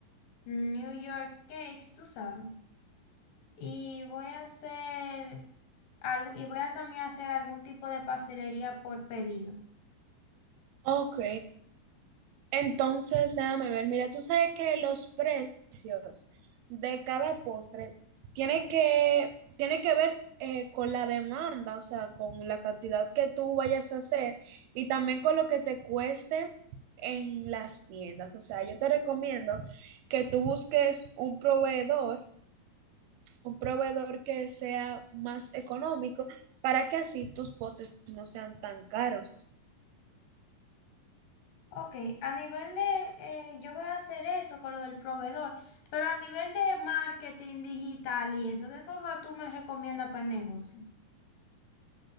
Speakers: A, on the left; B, on the right.
A: New York cakes, tú sabes. Y voy a hacer algo, y voy a también hacer algún tipo de pastelería por pedido.
B: Ok, entonces déjame ver, mira, tú sabes que los precios de cada postre tiene que, tiene que ver eh, con la demanda, o sea, con la cantidad que tú vayas a hacer y también con lo que te cueste en las tiendas. O sea, yo te recomiendo que tú busques un proveedor un proveedor que sea más económico para que así tus postres no sean tan caros.
A: Ok, a nivel de, eh, yo voy a hacer eso con lo del proveedor, pero a nivel de marketing digital y eso, ¿qué cosa tú me recomiendas para el negocio?